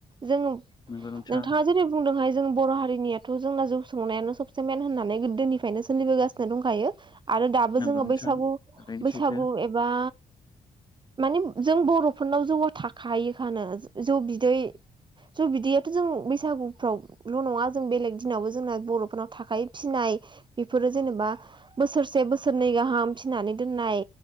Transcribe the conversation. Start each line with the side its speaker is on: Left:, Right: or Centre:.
Right: जोङो
Left: नंगौ नोंथां
Right: नोंथाङा जेरै बुंदोंहाय जों बर' हारि नियाथ जोंना जौ संनायानो सबसे मेन होननानै गोदोनिफ्रायनो सोलिबोगासिनो दंखायो आरो दाबो
Left: नंगौ
Right: जोङो
Left: नोंथां
Right: बैसागु
Left: थारैनो
Right: बैसागु
Left: सैथो
Right: एबा माने जों बर'फोरनाव जौआ थाखायोखानो जौ बिदै जौ बिदैयाथ जों बैसागुफ्रावल नङा जों बेलेग दिनावबो जोंना बर'फोरनाव थाखायो फिसिनाय बेफोरो जेनेबा बोसोरसे बोसोरनै गाहाम फिनानै दोननाय